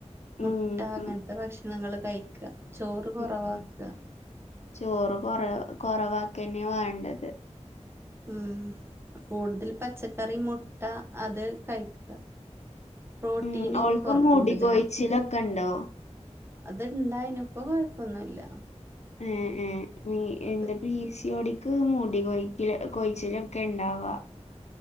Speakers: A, on the right (about 20°); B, on the left (about 70°).
A: മുട്ട
B: ഉം
A: അങ്ങനത്തെ
B: ഉം
A: ഭക്ഷണങ്ങൾ കഴിക്ക ചോറ് കൊറവാക്ക.
B: ഉം ചോറ് കൊറ കൊറവാക്കന്നെ വാണ്ടത്.
A: ഉം കൂടുതൽ പച്ചക്കറി, മുട്ട അത് കഴിക്ക. പ്രോട്ടീന്
B: ഉം ഓൾക്ക്
A: കൊറ
B: മുടി
A: കൂടുതല
B: കൊഴിച്ചിലൊക്കെ ഉണ്ടോ
A: അത് ഇണ്ടായിനി ഇപ്പൊ കൊഴപ്പൊന്നുല്ല.
B: ഏഹ് ഏഹ് നീ
A: അത്
B: എന്ത പീ സിയോടിക്ക് മുടി കൊഴിച്ചിൽ കൊഴിച്ചിലൊക്കെ ഉണ്ടാവാ.